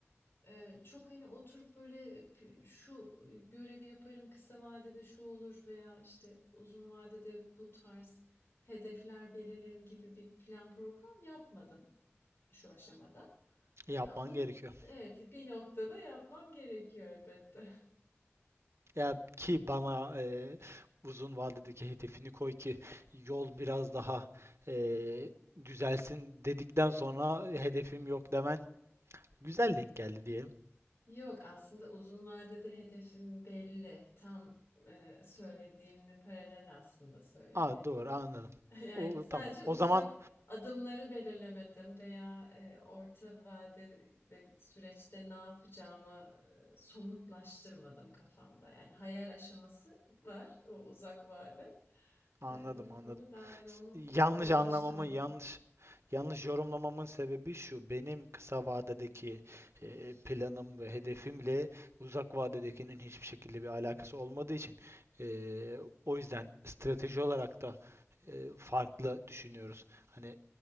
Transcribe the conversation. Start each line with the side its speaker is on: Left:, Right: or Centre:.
Left: Eee, çok, hani, oturup böyle şu görevi yaparım, kısa vadede şu olur veya, işte, uzun vadede bu tarz hedefler belirlerim gibi bir plan program yapmadım şu aşamada.
Right: Yapman
Left: Ama
Right: gerekiyor.
Left: evet, bir noktada yapmam gerekiyor elbette. <laughs>
Right: Ya ki bana e, uzun vadedeki hedefini koy ki yol biraz daha e, düzelsin dedikten sonra hedefim yok demen güzel denk geldi diyelim.
Left: Yok, aslında uzun vadede hedefim belli. Tam, eee, söylediğinle paralel aslında söylediğim.
Right: Aa doğru anladım.
Left: <laughs> Yani
Right: O
Left: sadece
Right: tamam.
Left: ufak
Right: O zaman
Left: adımları belirlemedim veya e, orta vadede süreçte ne yapacağımı e, somutlaştırmadım kafamda. Yani hayal aşaması var o uzak vade
Right: Anladım,
Left: E,
Right: anladım.
Left: ama daha yani
Right: S-
Left: onu
Right: Yanlış
Left: adımlaştırmadım.
Right: anlamamın, yanlış yanlış yorumlamamın sebebi şu. Benim kısa vadedeki e, planım ve hedefimle uzak vadedekinin hiçbir şekilde bir alakası olmadığı için e, o yüzden strateji olarak da e, farklı düşünüyoruz. Hani